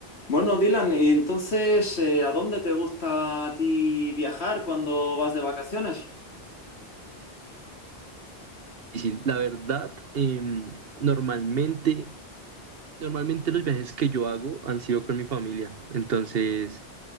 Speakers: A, on the left (about 90°); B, on the right (about 65°).
A: Bueno, Dylan, y entonces, eh, ¿a dónde te gusta a ti viajar cuando vas de vacaciones?
B: difícil. La verdad, em, normalmente, normalmente los viajes que yo hago han sido con mi familia. Entonces,